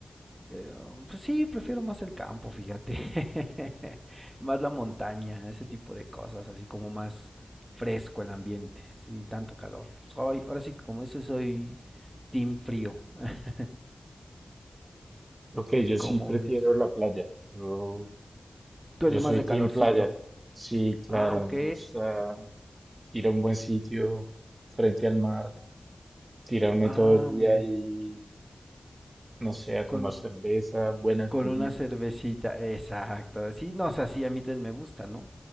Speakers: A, on the right (about 20°); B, on the right (about 40°).
A: eh, pues sí, prefiero más el campo, fíjate. <laughs> Más la montaña, ese tipo de cosas, así como más fresco el ambiente, sin tanto calor. Soy, ahora sí, que como dices, soy team frío, eh,
B: Ok, yo sí
A: ¿cómo
B: prefiero
A: ves?
B: la playa. Yo,
A: Tú
B: yo
A: eres
B: soy
A: más de
B: team
A: calorcito.
B: playa. Sí, claro,
A: Ah, ok.
B: a mí me gusta ir a un buen sitio, frente al mar, tirarme
A: Ah,
B: todo el día
A: muy bien.
B: y, no sé, a tomar
A: Con,
B: cerveza, buena comida.
A: con una cervecita, exacto. Sí, no, o sea, sí, a mí también me gusta, ¿no?